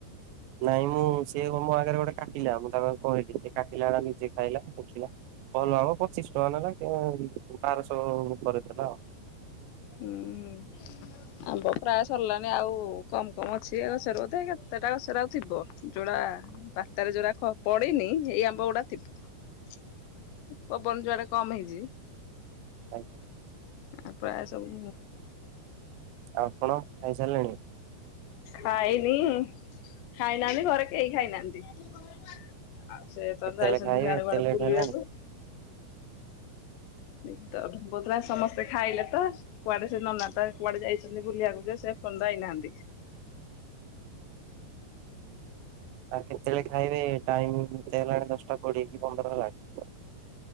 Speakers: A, on the right; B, on the left.
A: ନାଇଁ ମୁଁ ସେ <unintelligible> ମୋ ଆଗରେ ଗୋଟେ କାଟିଲା, ମୁଁ ତାରେ କହିଲି ସେ କାଟିଲା ନିଜେ ଖାଇଲା ଦେଖିଲା। ଭଲ ଆମ୍ୱ ପଚିଶ ଟଙ୍କା ନେଲା କି ବାରଶହ କରିଦେଲା ଆଉ।
B: ହୁଁ। ଆମ୍ବ ପ୍ରାୟ ସରିଲାଣି ଆଉ କମ୍-କମ୍ ଅଛି, ଏ ଗଛରେ ବୋଧେ କେତେଟା ଗଛରେ ଆଉ ଥିବ ଯୋଟା ବାତ୍ୟାରେ ଯୋଉରାକ ପଡିନି ଏଇ ଆମ୍ବ ଗୋଡା ଥିବ। ପବନ୍ ଯୁଆଡେ କମ୍ ହେଇଚି
A: <inaudible>
B: ଆଉ ପା ସବୁ
A: ଆଉ ଆପଣ ଖାଇସାରିଲେଣି?
B: ଖାଇନି, ଖାଇନାହାନ୍ତି ଘରେ କେହି ଖାଇନାହାନ୍ତି। ଆଉ ସେ ତ
A: କେତେବେଳେ
B: ଯାଇଛନ୍ତି
A: ଖାଇବେ
B: ସିଆଡେ
A: ଏତେ
B: କୁଆଡ଼େ
A: ଲେଟ୍
B: ବୁଲିବାକୁ।
A: ହେଲାଣି
B: ନିଦ <unintelligible> ସମସ୍ତେ ଖାଇଲେ ତ। କୁଆଡେ ସେ ନନା ତାର କୁଆଡେ ଯାଇଛନ୍ତି ବୁଲିବାକୁ ଯେ ସେ ଏ ପର୍ଯ୍ୟନ୍ତ ଆଇନାହାନ୍ତି।
A: ଆଉ କେତେଳେ ଖାଇବେ ଟାଇମ୍ କେତେ ହେଲାଣି, ଦଶଟା କୋଡିଏ କି ପନ୍ଦର ହେଲାଣି।